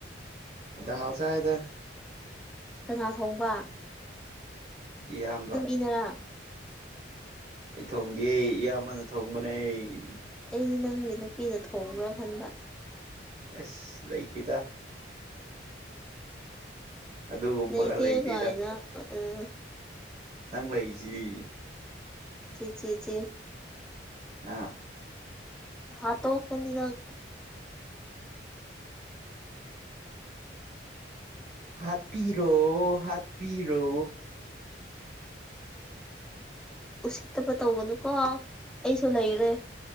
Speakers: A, on the right; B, in the centre.
A: ꯥ ꯆꯍꯥꯏ ꯆꯥꯏꯗꯥ
B: ꯀꯅꯥ ꯊꯣꯡꯕ
A: ꯏꯌꯥꯝꯕ
B: ꯀꯤꯅꯥꯔꯥ
A: ꯑꯩ ꯊꯣꯡꯗꯦ ꯏꯌꯥꯝꯕꯅ ꯊꯣꯡꯕꯅꯦ ꯑꯩ
B: ꯑꯩꯗꯤ ꯅꯪꯒꯤ ꯅꯨꯄꯤꯅ ꯊꯣꯡꯕ꯭ꯔꯥ ꯈꯟꯕ
A: ꯑꯁ ꯂꯩꯇꯦꯗ ꯑꯗꯨꯒꯨꯝꯕꯒ
B: ꯂꯩꯇꯦ
A: ꯂꯩꯇꯦꯗ
B: ꯀꯥꯏꯅ ꯑꯝꯝ
A: ꯅꯪ ꯂꯩꯔꯤꯁꯤꯗꯤ
B: ꯆꯦ ꯆꯦ ꯆꯦ
A: ꯑꯥ
B: ꯍꯥꯠꯇꯣꯛꯀꯅꯤ ꯅꯪ
A: <unintelligible> ꯍꯥꯞꯄꯤꯔꯣ ꯍꯥꯞꯄꯤꯔꯣ
B: ꯎꯁꯤꯠꯇꯕ ꯇꯧꯕꯅꯨꯀꯣ ꯑꯩꯁꯨ ꯂꯩꯔꯦ